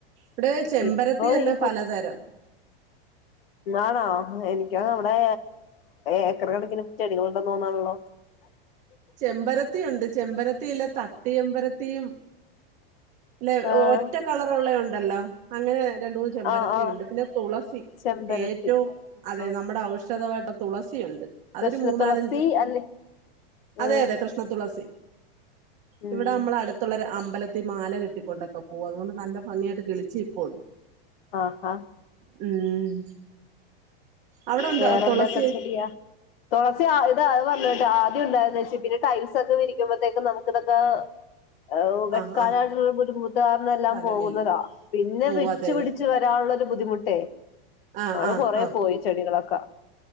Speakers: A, on the right (about 25°); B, on the left (about 70°).
A: ഇവിടെ ചെമ്പരത്തി
B: ഇപ്പൊ
A: തന്നെ
B: ഈ
A: പലതരം
B: എന്നാണോ എനിക്ക് നമ്മുടെ ഏക്കർ കണക്കിന് ചെടികൾണ്ടന്ന് തോന്നാണല്ലോ
A: ചെമ്പരത്തി ഉണ്ട് ചെമ്പരത്തിയില്ല തട്ട്ചെമ്പരത്തിയും ളല്ലെ
B: ആഹ്
A: ഒറ്റ കളറുള്ള ഉണ്ടല്ലോ അങ്ങനെ രണ്ട് മൂന്ന് ചെമ്പരത്തി
B: ആഹ് ആഹ്
A: ഉണ്ട് പിന്നെ തുളസി
B: ചെമ്പരത്തി
A: ഏറ്റവും അതെ
B: ആഹ്
A: നമ്മുടെ ഔഷധമായിട്ട തുളസിയുണ്ട് അതൊരു
B: കൃഷ്ണ
A: മൂന്നാലഞ്ച്
B: തുളസി അല്ലെ
A: അതെ
B: ആഹ്
A: അതെ കൃഷ്ണത്തുളസി
B: ഉം
A: ഇവിടെ നമ്മൾ അടുത്തുള്ള ഒരു അമ്പലത്തിൽ മാല കിട്ട കൊണ്ടക്ക പോ അതുകൊണ്ട് നല്ല ഭംഗിയായിട്ട് കിളിച്ച് നിപ്പോണ്ട്
B: ആഹ് അഹ്
A: ഉം അവിടെ ഉണ്ടോ
B: വേറെന്തൊക്കെ
A: തുളസി
B: ചെടിയാ തുളസി ഇത് അത് പറഞ്ഞിട്ട് ആദ്യം ഉണ്ടായന്ന് വെച്ച് പിന്നെ ടൈൽസ് ഒക്കെ വിരിക്കുമ്പോഴത്തെക്ക് നമക്ക് ഇതൊക്കെ ഔ വെക്കാനായിട്ടുള്ളരു
A: ആഹ് ആഹ്
B: ബുദ്ധിമുത്തുകാരനെല്ലാം
A: സ്ഥലമില്ല
B: പോകുന്നതാ പിന്നെ
A: ഓ
B: വെച്ച്പിടിച്ച്
A: അതെ
B: ച്ച് വരാനുള്ളോരു ബുദ്ധിമുട്ടേ
A: ആഹ്
B: അങ്ങനെ
A: ആഹ്
B: കൊറേ
A: ആഹ്
B: പോയി ചെടികളൊക്കെ